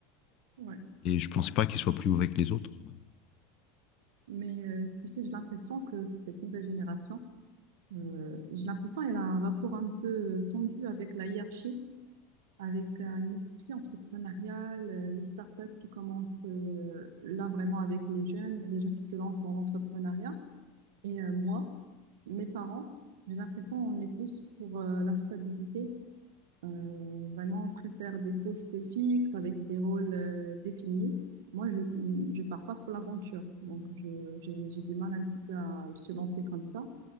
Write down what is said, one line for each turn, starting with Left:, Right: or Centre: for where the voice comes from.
Right: Ouais.
Left: Et je pense pas qu'ils soient plus mauvais que les autres.
Right: Mais euh, tu sais, j'ai l'impression que cette nouvelle génération Euh, j'ai l'impression qu'elle a un rapport un peu euh, tendu avec la hiérarchie, avec euh, un esprit entrepreneurial, euh, les startups qui commencent euh, là vraiment avec les jeunes, les jeunes qui se lancent dans l'entrepreneuriat. Et euh, moi, mes parents, j'ai l'impression qu'on est plus pour euh, la stabilité. Euh, vraiment, on préfère des postes fixes avec des rôles euh, définis. Moi, je je pars pas pour l'aventure, donc je, j'ai, j'ai du mal un petit peu à se lancer comme ça.